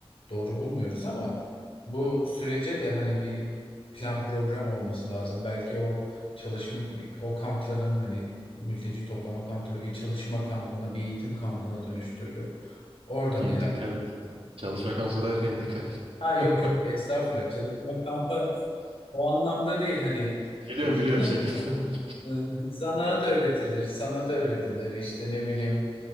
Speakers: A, on the left; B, on the right.
A: doğru bulmuyoruz ama bu sürece de hani bir plan program olması lazım. Belki o çalışma o kampların hani mülteci toplama kampları bir çalışma kampına, bir eğitim kampına dönüştürülür. Oradan
B: <laughs> Hı,
A: ilerler.
B: Dikkat et. Çalışma kampı derken dikkat et.
A: Ha yok
B: <laughs>
A: yok estağfurullah çalışma kampı o anlamda değil hani
B: Biliyorum
A: işte
B: biliyorum
A: nasıl
B: şakasını
A: desem,
B: dedim.
A: ıı, zanaat öğretilir sanat öğretilir işte ne bileyim